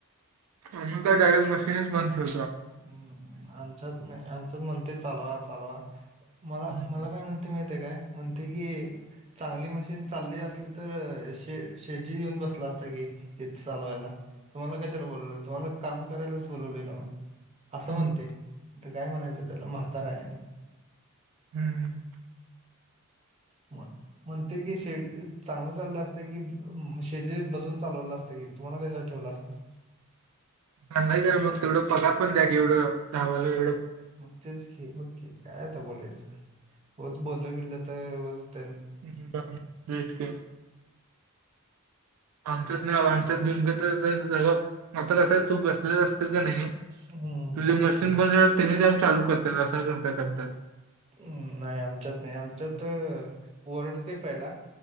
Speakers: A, on the right (about 80°); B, on the right (about 30°).
A: आम्ही तर डायरेक्ट मशीनच बंद ठेव
B: हम्म, आमच्यात नाय, आमच्यात म्हणतोय चालवा चालवा, मला
A: हम्म
B: मला काय म्हण तय माहितीय काय, म्हणतय की, चांगली मशीन चालली असली तर, शे शेडजीच येऊन बसला असता की, हेच चालवायला. तुम्हाला कशाला बोलवलं, तुम्हाला काम करायलाच बोलवलय न्हवं. असं
A: हम्म
B: म्हणतय, आता काय म्हणायचं त्याला म्हातारा हाय आणि
A: हम्म.
B: मग. म्हणतय की, शेडजी चांगलं चाललं असतं की, शेडजी बसून चालवलं असतं की, तुम्हाला कशाला ठेवलं असतं.
A: सांगायच्या आगोदर तेवढं पगार पण द्या एवढं, चांगलं
B: मग तेच की, बघकी, काय आता बोलायचं, ऊगच बोललं बिललं तर उगचऽ
A: ् बेचकंऽ <unintelligible> आमच्यात नाही, बाबा, आमच्यात <unintelligible> मग आता कसं आहे तू बसलेला असतास का नाही,
B: हम्म.
A: तुझे मशीन बरं तेनी जाऊन चालू करतात असं करतात आमच्यात
B: हम्म नाही आमच्यात नाही आमच्यात वरडतय पहिला